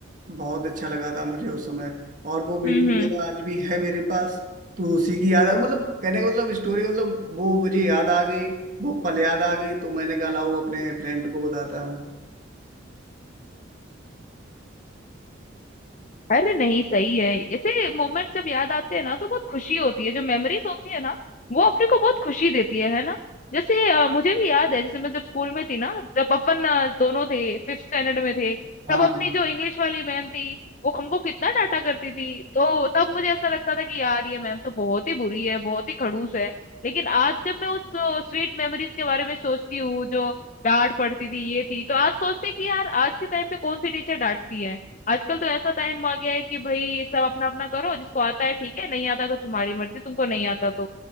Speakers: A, on the right; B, on the left.
A: बहुत अच्छा लगा था मुझे उस समय और वो वीडियो
B: हम्म हम्म
A: मेरा आज भी है मेरे पास तो उसी की याद आ मतलब कहने का मतलब स्टोरी मतलब वो मुझे याद आ गई वो पल याद आ गए तो मैंने कहा लाओ अपने फ्रेंड को बताता हूँ
B: अरे नहीं सही है ऐसे मोमेंट जब याद आते हैं ना तो बहुत खुशी होती है जो मेमोरीज होती है ना वो अपने को बहुत खुशी देती है है ना जैसे अ, मुझे भी याद है जैसे मैं जब स्कूल में थी ना तब अपन अ, दोनों थे फिफ्थ स्टैंडर्ड में थे
A: हाँ
B: तब अपनी जो इंग्लिश वाली मैम थी वो हमको कितना डांटा करती थी तो तब मुझे ऐसा लगता था कि यार ये मैम तो बहुत ही बुरी है बहुत ही खड़ूस है लेकिन आज जब मैं उस स्वीट मेमोरीज के बारे में सोचती हूँ जो डांट पड़ती थी ये थी तो आज सोचते हैं कि यार आज के टाइम पे कौन सी टीचर डांटती है आजकल तो ऐसा टाइम आ गया है कि भाई सब अपना अपना करो जिसको आता है ठीक है नहीं आता है तो तुम्हारी मर्जी तुमको नहीं आता तो